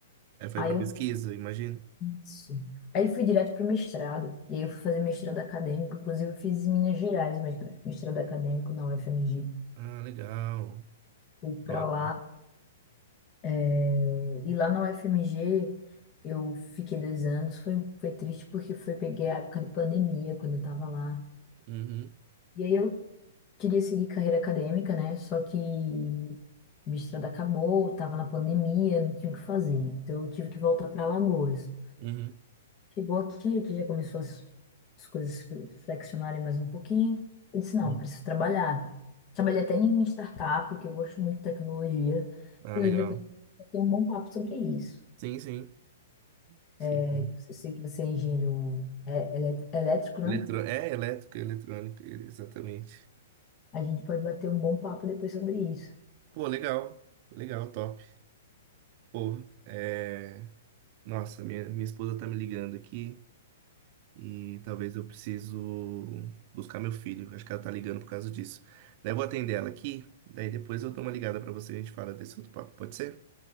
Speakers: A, on the right (about 40°); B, on the left (about 30°).
A: Aí foi
B: Aí
A: pra
B: eu
A: pesquisa, imagino.
B: Isso. Aí fui direto para o mestrado, e aí eu fui fazer mestrado acadêmico, inclusive eu fiz em Minas Gerais, mas mestrado acadêmico na UFMG.
A: Ah, legal.
B: Fui para
A: Top.
B: lá, eh, e lá na UFMG eu fiquei dois anos, foi, foi triste porque foi, peguei a época de pandemia, quando eu estava lá.
A: Uhum.
B: E aí eu queria seguir carreira acadêmica, né, só que o mestrado acabou, estava na pandemia, não tinha o que fazer, então eu tive que voltar para Alagoas.
A: Uhum.
B: Chegou aqui, aqui já começou as, as coisas fle- flexionarem mais um pouquinho. Eu disse, não,
A: Uhum.
B: preciso trabalhar. Trabalhei até em uma startup, que eu gosto muito de tecnologia.
A: Ah,
B: Inclusive,
A: legal.
B: eu tenho um bom papo sobre isso.
A: Sim, sim. Sim.
B: É, Eu sei que você é engenheiro é, elé- elétrico, né?
A: Eletro... É, elétrica, eletrônica, exatamente.
B: A gente pode bater um bom papo depois sobre isso.
A: Pô, legal, legal, top. Pô, é... Nossa, minha, minha esposa tá me ligando aqui e talvez eu preciso buscar meu filho. Acho que ela tá ligando por causa disso. Daí eu vou atender ela aqui, daí depois eu dou uma ligada pra você e a gente fala desse outro papo, pode ser?